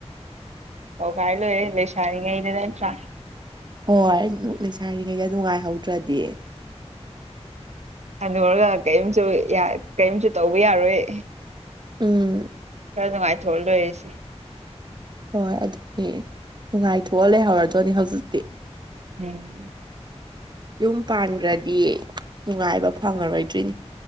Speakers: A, on the right; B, on the right.
A: ꯇꯧꯒꯥꯏ ꯂꯣꯏꯔꯦ ꯂꯩꯁꯥꯔꯤ ꯉꯩꯗ ꯅꯠꯇ꯭ꯔꯥ
B: ꯍꯣꯏ ꯅꯨ ꯂꯩꯁꯥꯔꯤꯉꯩꯗ ꯅꯨꯡꯉꯥꯏꯍꯧꯗ꯭ꯔꯗꯤ
A: ꯍꯅꯨꯔꯒꯥ ꯀꯩꯝꯁꯨ ꯌꯥ ꯀꯩꯝꯁꯨ ꯇꯧꯕ ꯌꯥꯔꯣꯏ
B: ꯎꯝ
A: ꯈꯔ ꯅꯨꯡꯉꯥꯏꯊꯣꯛꯑ ꯂꯣꯏꯔꯦꯁꯦ
B: ꯍꯣꯏ ꯑꯗꯨꯅꯤ ꯅꯨꯡꯉꯥꯏꯊꯣꯛꯑ ꯂꯩꯍꯧꯔꯗꯣꯏꯅꯦ ꯍꯧꯖꯤꯛꯇꯤ
A: ꯎꯝ
B: ꯌꯨꯝ ꯄꯥꯟꯈ꯭ꯔꯗꯤ ꯅꯨꯡꯉꯥꯏꯕ ꯐꯪꯉꯔꯣꯏꯗ꯭ꯔꯣꯏꯅꯤ